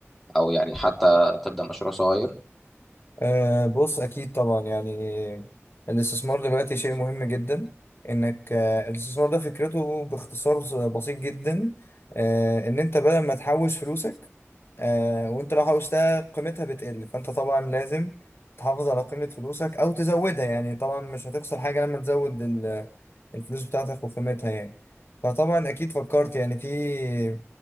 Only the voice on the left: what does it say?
أه بص أكيد طبعا يعني الاستثمار دلوقتي شيء مهم جدا إنك أه الاستثمار ده فكرته باختصار بسيط جدا أه إن أنت بدل ما تحوش فلوسك أه وأنت لو حوشتها قيمتها بتقل فأنت طبعا لازم تحافظ على قيمة فلوسك أو تزودها يعني طبعا مش هتخسر حاجة لما تزود ال- الفلوس بتاعتك وقيمتها يعني فطبعا أكيد فكرت يعني في